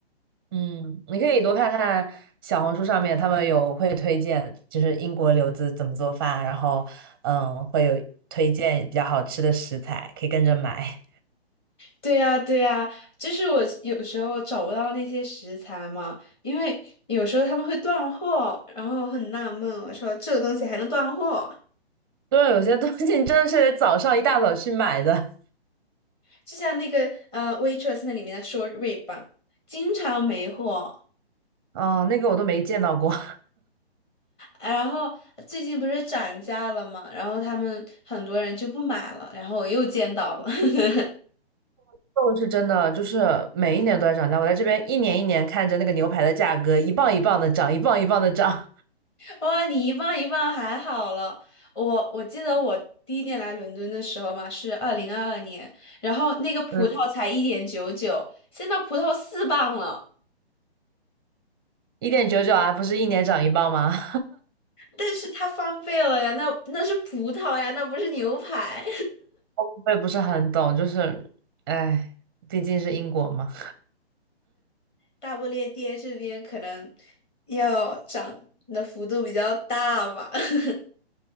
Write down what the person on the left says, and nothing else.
对呀，对呀，就是我有时候找不到那些食材嘛，因为有时候他们会断货，然后很纳闷，我说这个东西还能断货。
就像那个呃，Waitress 那里面的 short rib 吧经常没货。啊
然后最近不是涨价了嘛，然后他们很多人就不买了，然后我又见到了，<laughs>
哇，你一磅一磅还好了。我我记得我第一年来伦敦的时候嘛，是二零二二年，然后那个葡萄才一点九九，
现在葡萄四磅了，
但是它翻倍了呀，那那是葡萄呀，那不是牛排。
大不列颠这边可能要涨的幅度比较大吧，<laughs>